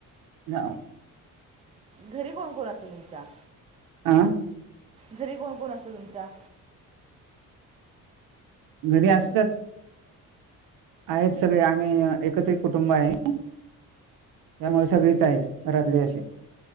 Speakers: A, on the right; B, on the right.
A: हा.
B: घरी कोण कोण असतं तुमच्या?
A: आ.
B: घरी कोण कोण असतं तुमच्या?
A: घरी असतात आहेत सगळे आम्ही एकत्रित कुटुंब आहे. त्यामुळे सगळेच आहेत घरातले असे.